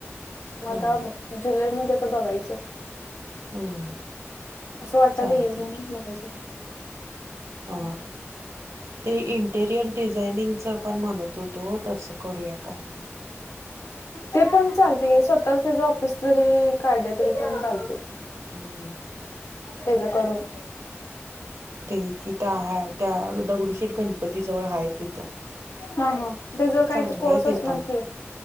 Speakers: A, on the left; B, on the right.
A: मग
B: हम्म
A: आता जुलै मध्ये आता बघायचं
B: हम्म
A: असं वाटत टला
B: चालते
A: येईल म्हणून
B: की
A: बघायचं
B: हा ते इंटेरियर डिझाइनिंग च पण म्हणत होतो तसं करूया काय म्हणून
A: ते पण चालते स्वतःच त्याच ऑफिस जरी काढलं तरी पण चाल
B: हम्म
A: तेच करून
B: ते तिथं आहे त्या दगडूशेठ गणपती जवळ आहे तिथं
A: हा हा त्याचं काहीतरी
B: चांगलंय
A: कोर्स
B: ते
A: असणार
B: पण
A: की